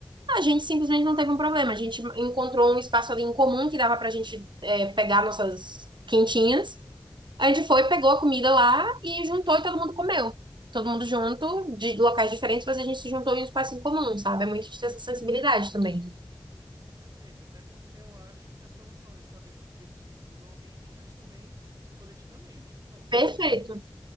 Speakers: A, on the right (about 75°); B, on the right (about 50°).
A: A gente simplesmente não teve um problema. A gente encontrou um espaço ali em comum que dava pra gente, é, pegar nossas quentinhas a gente foi, pegou a comida lá e juntou e todo mundo comeu. Todo mundo junto, de locais diferentes, mas a gente se juntou em um espaço em comum, sabe? É muito de ter essa sensibilidade também.
B: Perfeito, até porque eu acho que a solução é saber se divertir individualmente, mas também coletivamente. Pronto,
A: Perfeito.
B: eu acho que